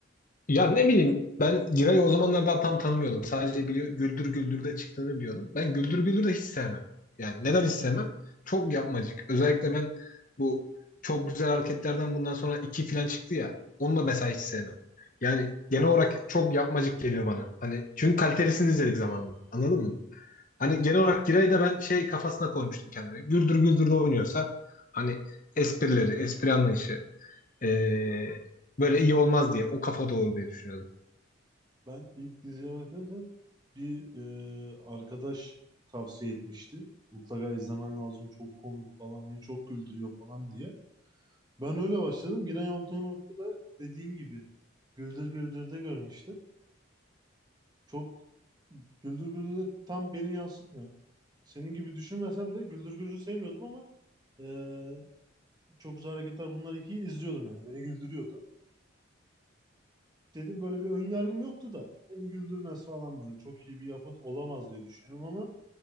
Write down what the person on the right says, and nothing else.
Ya
ben ilk diziye bakarken bir e, arkadaş tavsiye etmişti. Mutlaka izlemen lazım çok komik falan beni çok güldürüyor falan diye. Ben öyle başladım. Giray Altınok'u da dediğin gibi Güldür Güldür'de görmüştüm. Çok Güldür Güldür de tam beni yansıtmıyor. Senin gibi düşünmesem de Güldür Güldür'ü sevmiyordum ama eee, çok güzel hareketler bunlar ikiyi izliyordum yani. Beni güldürüyordu. Dedim böyle bir ön yargım yoktu da beni güldürmez falan böyle. Çok iyi bir yapıt olamaz diye düşünüyorum ama